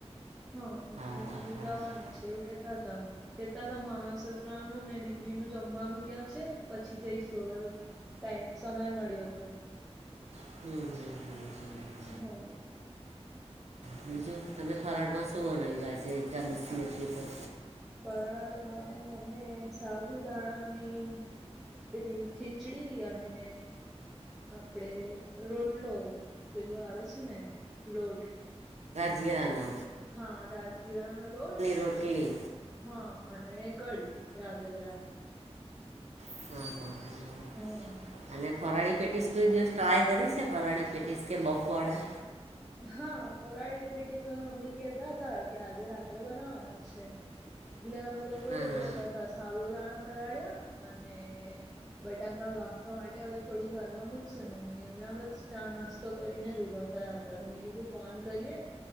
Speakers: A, in the centre; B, on the right.
A: હા એટલે
B: હા હા હા
A: જવાના
B: હા
A: છે એવું કેતા હતા કેતા મામા સસરા નું ને દીકરીનું જમવાનું ત્યાં છે પછી જઈ શુ ટાઈમ સમય મળ્યો હતો
B: હમ્મ હમ્મ હમ્મ
A: હા
B: બીજું તમે ફરાળમાં શું અનાવ્યું આજે એકાદસી હતી તો
A: ફરાળ માં અને સાબુદાણાની પેલી ખીચડી અને આપડે રોટલો પેલું આવે છે ને રોટ
B: ગજીયાનો
A: હા રાજગીરાનો લોટ
B: રોટલી
A: હા અને કડી રાજગ્રા ની
B: હ હ હ
A: હ
B: અને ફરાળી પેટીસ કોઈ દિવસ ટ્રાય કરી છે ફરાળી પેટીસ કે બફવાળા
A: હા ફરાળી પેટે મમ્મી કેતા હતા કે આજે રાત્રે બનાવાના છે. એટલે અમે લોકો. કો
B: હા
A: એ
B: હા
A: જોતા ત સાબુદાણા પલાળ્યા અને બટાકા વા વા માટે હવે થોડીક વાર માં મૂકશે મમ્મી હમણાં બસ ચા નાસ્તો કરીને જ ઊભા થયા હતા. તો તમે કીધું ફોન કરીએ